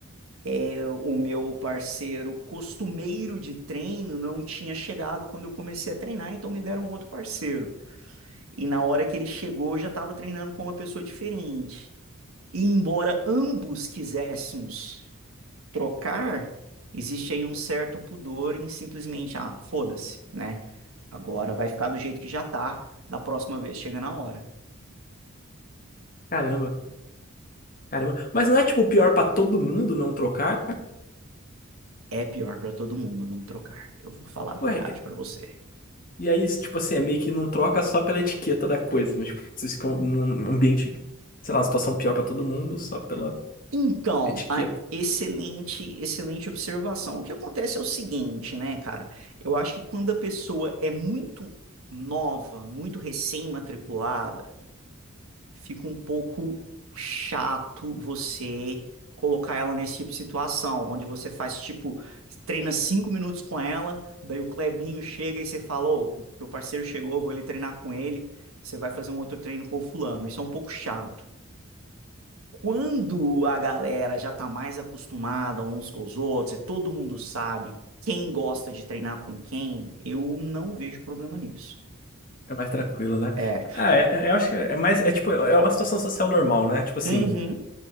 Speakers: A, on the right; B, on the left.
A: é, o meu parceiro costumeiro de treino não tinha chegado quando eu comecei a treinar, então me deram outro parceiro. E na hora que ele chegou, eu já estava treinando com uma pessoa diferente. E embora ambos quiséssemos trocar, existe aí um certo pudor em simplesmente, ah, foda-se, né? Agora vai ficar do jeito que já tá, da próxima vez chega na hora.
B: Caramba, caramba. Mas não é tipo pior pra todo mundo não trocar?
A: É pior para todo mundo não trocar. Eu vou falar a verdade
B: Ué,
A: para você.
B: e aí, tipo assim, é meio que não troca só pela etiqueta da coisa, mas tipo, vocês ficam num ambiente, sei lá, situação pior pra todo mundo só pela
A: Então,
B: etiqueta.
A: a excelente, excelente observação. O que acontece é o seguinte, né, cara? Eu acho que quando a pessoa é muito nova, muito recém-matriculada, fica um pouco chato você colocar ela nesse tipo de situação, onde você faz tipo, treina cinco minutos com ela, daí o Clebinho chega e você fala, ô, meu parceiro chegou, eu vou ali treinar com ele, você vai fazer um outro treino com o fulano. Isso é um pouco chato. Quando a galera já tá mais acostumada uns com os outros e todo mundo sabe quem gosta de treinar com quem, eu não vejo problema nisso.
B: É mais tranquilo, né?
A: É.
B: Ah, é, é- eu acho que é mais, é tipo, é uma situação social normal, né? Tipo assim,
A: Uhum.